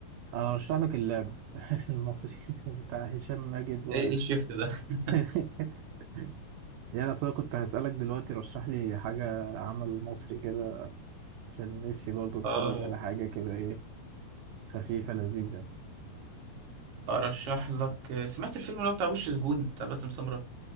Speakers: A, on the right; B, on the right.
A: انا ارشح لك اللعبه <laughs> المصري بتاع هشام ماجد و
B: ايه ايه الشيفت ده <laughs>
A: <laughs> يعني اصل انا كنت هسألك دلوقتي رشح لي حاجة عمل مصري كده عشان نفسي برضه اتفرج
B: اه
A: على حاجة كده ايه خفيفة لذيذة
B: ارشح لك سمعت الفيلم اللي هو بتاع وش سجون بتاع باسم سمرة